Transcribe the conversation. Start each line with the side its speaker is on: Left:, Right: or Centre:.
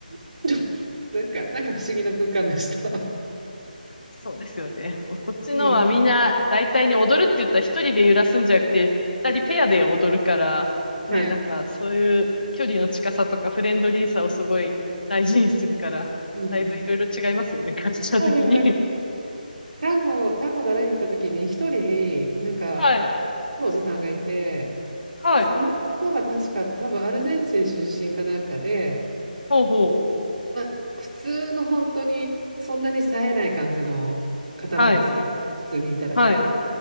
Right: <laughs> なんか、なんか不思議な空間でした。
Left: そうですよね。もうこっちのはみんな大体ね、
Right: うん。
Left: 踊るって言ったら一人で揺らすんじゃなくて、二人ペアで踊るから、ね、
Right: はい。
Left: なんかそういう距離の近さとかフレンドリーさをすごい大事にするから、
Right: うん。
Left: だいぶいろいろ違いますよね、カルチャー的に。
Right: はい、でもなんか、単語、単語習いに行った時に、一人、なんか、
Left: <laughs> はい。
Right: おじさんがいて、
Left: はい。
Right: その方は確か、多分アルゼンチン出身かなんかで、
Left: ほうほう。
Right: まあ、普通の本当に、そんなに冴えない感じの方なんですけど、
Left: はい。
Right: 普通にいたらね、
Left: はい。